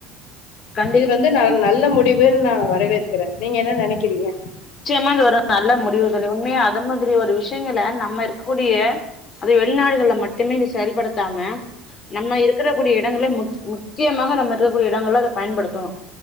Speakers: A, on the left; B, on the left.
A: கண்டிப்பா
B: இது வந்து ந நல்ல முடிவுன் நா வரவேற்குற நீங்க என்ன நெனைக்கிறீங்க
A: நிச்சயமா இது ஒரு நல்ல முடிவு தோழி உண்மைய அதன் மாரி ஒரு விஷயங்கல நம்ம இருக்கூடிய அது வெளிநாடுகள்ல மட்டுமே இ செயல்படுத்தாம நம்ம இருக்குற கூடிய இடங்கள மு முக்கியமா நம்ம இருக்கக்கூடிய இடங்கள அத பயன்படுத்தணு